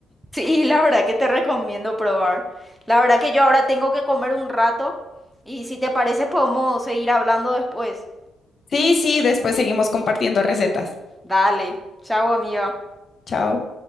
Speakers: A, in the centre; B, on the left.
A: Sí, la verdad que te recomiendo probar. La verdad que yo ahora tengo que comer un rato y si te parece podemos seguir hablando después.
B: Sí, sí, después seguimos compartiendo recetas.
A: Dale, chao amiga.
B: Chao.